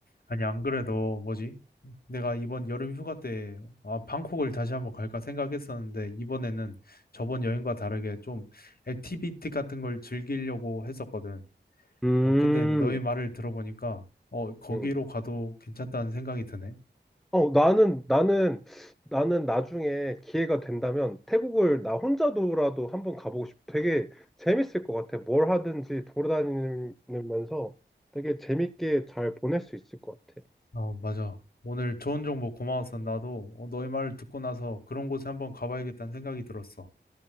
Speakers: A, on the left; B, in the centre.
A: 아니, 안 그래도 뭐지? 내가 이번 여름 휴가 때 아, 방콕을 다시 한번 갈까 생각했었는데 이번에는 저번 여행과 다르게 좀 액티비티 같은 걸 즐기려고 했었거든.
B: 음.
A: 어, 근데 너의 말을 들어보니까 어, 거기로
B: 음.
A: 가도 괜찮다는 생각이 드네.
B: 어 나는 나는 나는 나중에 기회가 된다면 태국을 나 혼자도라도 한번 가보고 싶어. 되게 재밌을 것 같아. 뭘 하든지 돌아다니면서 되게 재밌게 잘 보낼 수 있을 것 같아.
A: 어, 맞아. 오늘 좋은 정보 고마웠어. 나도 어, 너의 말을 듣고 나서 그런 곳에 한번 가봐야겠다는 생각이 들었어.